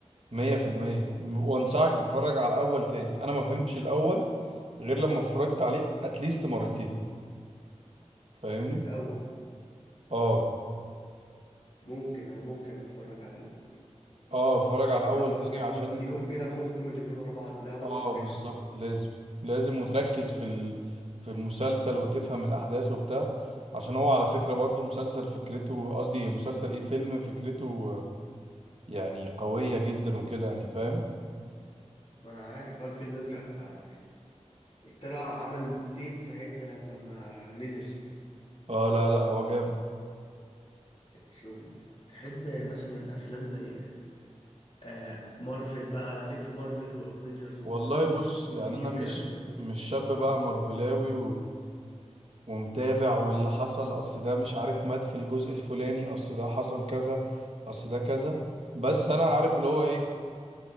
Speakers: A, on the right; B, on the left.
A: مية في المية وانصحك
B: لا،
A: تتفرج على الاول تاني انا ما فهمتش الاول غير لما اتفرجت عليه اتليست مرتين فاهمني
B: الاول
A: اه
B: ممكن انا ممكن اتفرج على ال-
A: اه اتفرج على الاول
B: الاول
A: تاني
B: بعدين
A: عشان
B: في يوم كده اخدهم الاتنين ورا بعض الاول
A: اه
B: في التاني
A: بالظبط
B: على طول
A: لازم لازم وتركز في ال... في المسلسل وتفهم الاحداث وبتاع عشان هو على فكرة برضو مسلسل فكرته قصدي مسلسل ايه فيلم فكرته آه، يعني قوية جدا وكده يعني فاهم
B: ما انا عارف هو الفيل الازرق آه، طلع عمل سيت ساعتها لما نزل
A: اه لا لا هو جاب
B: شوف تحب مثلا افلام زي آه مارفل بقى ليك في مارفل وافنجرز ودي
A: والله بص يعني
B: سي
A: انا
B: وكده
A: مش
B: ولا
A: مش شاب بقى مارفلاوي ومتابع واللي حصل اصل ده مش عارف مات في الجزء الفلاني اصل ده حصل كذا اصل ده كذا بس انا عارف اللي هو ايه